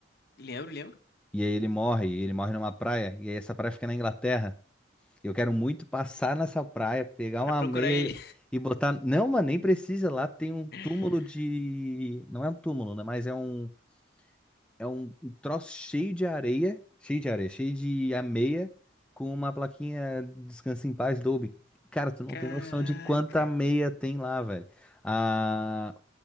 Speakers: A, on the left (about 55°); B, in the centre.
A: Lembro, lembro.
B: E aí ele morre. e Ele morre numa praia. E aí essa praia fica na Inglaterra. E Eu quero muito passar nessa praia, pegar
A: Pra
B: uma
A: procurar
B: meia
A: ele.
B: e botar. Não, mano, nem precisa. Lá tem um
A: <laughs>
B: túmulo de. Não é um túmulo, né? Mas é um É um, um troço cheio de areia, cheio de areia, cheio de ameia, com uma plaquinha Descanse em Paz Dolby. Cara, tu não
A: Caraca,
B: tem noção de quanta ameia tem lá, velho. A,